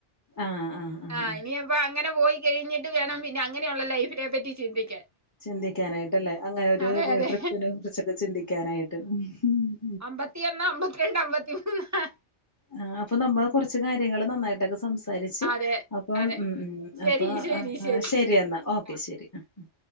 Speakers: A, on the left; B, on the right.
A: ആഹ് ആഹ് ആഹ്
B: അപ്പേ
A: ആഹ്
B: അങ്ങനെ പോയി കഴിഞ്ഞിട്ട് വേണം. പിന്നെ അങ്ങനെയുള്ള ലൈഫിനെ പറ്റി ചിന്തിക്കാൻ.
A: ചിന്തിക്കാനായിട്ടലെ. അങ്ങനെ ഒരു
B: അതെ അതെ
A: ട്രിപ്പിനെ കുറിച്ചൊക്കെ ചിന്തിക്കാനായിട്ട്. ഉം. ഉം
B: അമ്പത്തി ഒന്ന്, അമ്പത്തിരണ്ട്, അമ്പത്തിമൂന്ന്.
A: ആ അപ്പേ നമ്മൾ കുറച്ച് കാര്യങ്ങള് നന്നായിട്ടൊക്കെ സംസ സംസരിച്ച്
B: അതെ
A: അപ്പം
B: അതെ
A: ഉം ഉം.
B: ശരി
A: അപ്പം
B: ശരി ശരി
A: ശെരി ഇന്നാ ഓക്കെ
B: ആ
A: ശെരി ഉം ഉം.